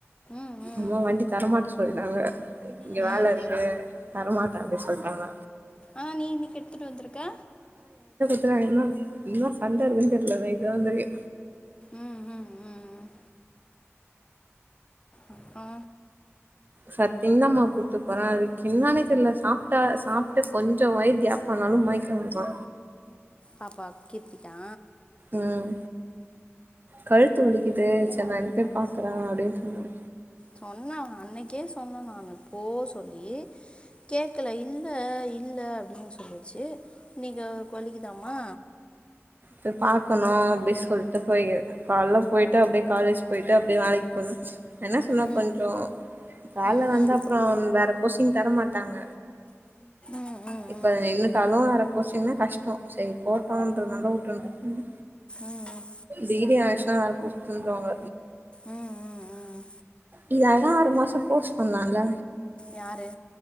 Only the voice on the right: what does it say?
அம்மா வண்டி தரமாட்ட சொல் நாங்க இங்க
வேல இருக்கு
தரமாட் அப்டி சொல்ட்டாங்க
<unintelligible> எல்லா எல்லா சண்ட இருக்குன்ட்டு இல்ல நைட் தா தெரியு
சத்திங் தாம்மா கூட்டு போறே அதுக் என்னானே தெர்ல சாப்ட்டா சாப்ட்டு கொஞ்சோ வய்று கேப் ஆனாலு மய்க்கோ வர்தா
ம் கழுத்து வலிக்கிது இதே சேர் நாளைக் போய் பாக்குறே அப்டின்னு சொன்னாங்க.
போய் பாக்கணு அப்டி சொல்ட்டு போயி கால்ல போய்ட்டு அப்டே காலேஜ் போய்ட்டு அப் எப்டியு வேலைக் போறோ என்ன சொன்னா
கொஞ்சோ வேல
வந்தப்
அப்றோ வேற போஸ்ட்டிங் தரமாட்டாங்க
இப்ப
நின்னுடாலு வேற போஸ்டிங்னா கஷ்டோ சேரி போட்டோன்றதுனால தா உட்ருன்னுது
டிகிரி அஷ் ஆ வேற போஸ்ட் தந்துருவாங்க
இல்லானா ஆறு மாச கோர்ஸ் பண்ணலால்ல